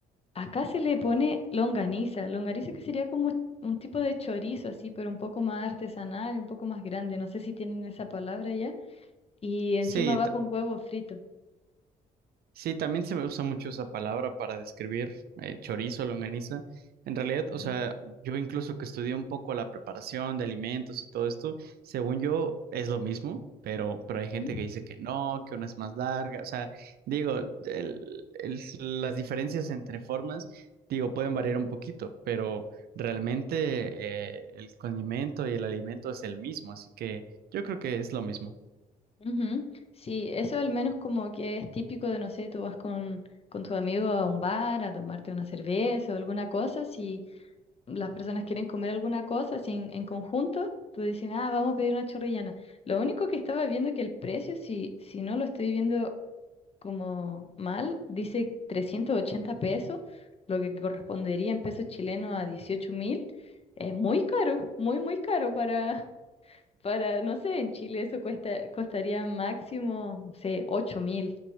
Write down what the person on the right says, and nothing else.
Sí,
Sí, también se me usa mucho esa palabra para describir eh, chorizo, longaniza. En realidad,
o sea, yo incluso que estudié un poco la preparación de alimentos y todo esto, según yo es lo mismo, pero, pero
hay gente que dice que no, que una es más larga. O sea, digo, el- el- las diferencias entre formas, digo, pueden variar un poquito, pero realmente eh, el condimento y el alimento es el mismo, así que yo creo que es lo mismo.